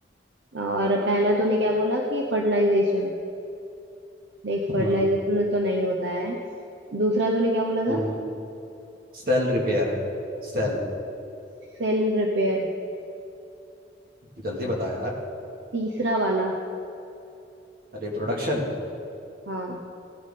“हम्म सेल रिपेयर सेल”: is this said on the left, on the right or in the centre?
Right